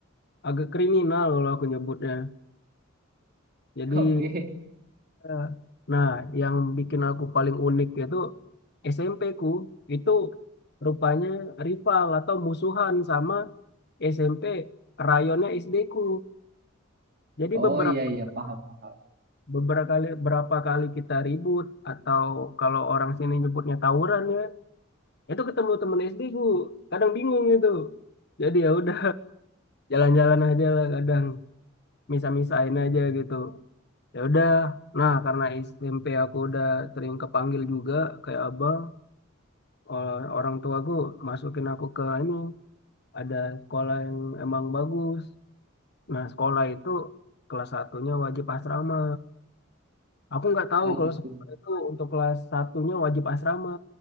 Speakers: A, on the left; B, on the right.
A: agak kriminal kalau aku nyebutnya. Jadi,
B: <laughs> oke
A: eh, nah yang bikin aku paling unik itu SMP ku itu rupanya rival atau musuhan sama SMP rayonnya SD ku. Jadi
B: Oh
A: beberapa
B: iya iya paham paham.
A: beberapa kali berapa kali kita ribut atau kalau orang sini nyebutnya tawuran ya itu ketemu temen SD ku kadang bingung gitu jadi ya udah <laughs> jalan-jalan aja lah kadang misa-misain aja gitu ya udah nah karena SMP aku udah sering kepanggil juga kayak abang o- orang tuaku masukin aku ke ini ada sekolah yang emang bagus nah sekolah itu kelas satunya wajib asrama Aku nggak tahu
B: Oh
A: kalau
B: gitu.
A: sekolah itu untuk kelas satunya wajib asrama.